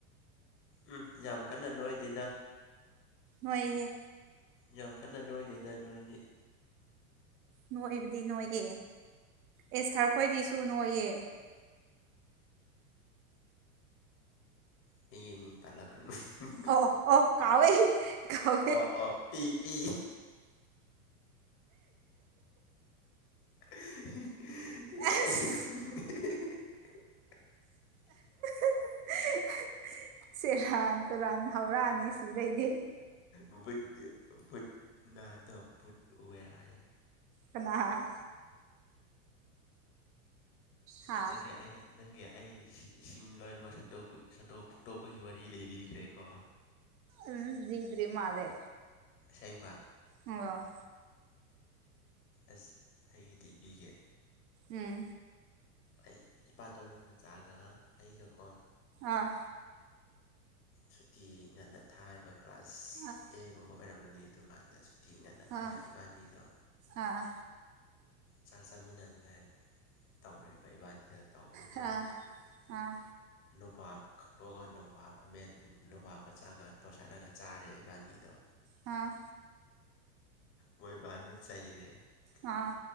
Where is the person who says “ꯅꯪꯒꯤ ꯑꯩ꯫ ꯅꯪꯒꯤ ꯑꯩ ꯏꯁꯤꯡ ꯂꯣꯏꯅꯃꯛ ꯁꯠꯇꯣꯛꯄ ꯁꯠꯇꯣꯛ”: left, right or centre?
Left